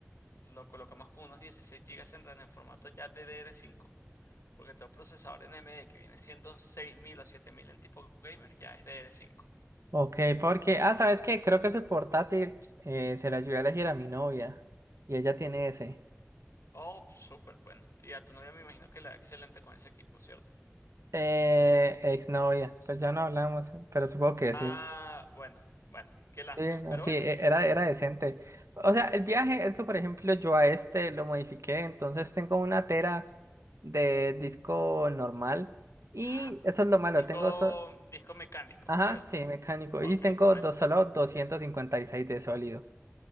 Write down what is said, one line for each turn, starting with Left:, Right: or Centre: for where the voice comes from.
Left: Lo colocamos con unos 16 gigas en RAM en formato ya ddr cinco Porque todo procesador NMD que viene siendo 6000 o 7000 en tipo gamer ya es ddr cinco
Right: Ok, porque, ah, ¿sabes
Left: Uh,
Right: qué? Creo que ese portátil eh, se la ayudé a elegir a mi novia. Y ella tiene ese.
Left: Oh, súper bueno. Y a tu novia me imagino que le va excelente con ese equipo, ¿cierto?
Right: Eh, exnovia. Pues ya no hablamos, pero supongo que
Left: Ah,
Right: sí.
Left: bueno, bueno, qué lástima.
Right: Sí, no,
Left: Pero
Right: sí,
Left: bueno,
Right: e- era, era decente. O sea, el viaje es que, por ejemplo, yo a este lo modifiqué, entonces tengo una tera de disco normal y
Left: ah,
Right: eso es lo malo,
Left: disco,
Right: tengo, so-
Left: disco mecánico,
Right: ajá,
Left: ¿cierto?
Right: sí, mecánico, y
Left: Ok,
Right: tengo
Left: HD.
Right: dos, solo 256 de sólido,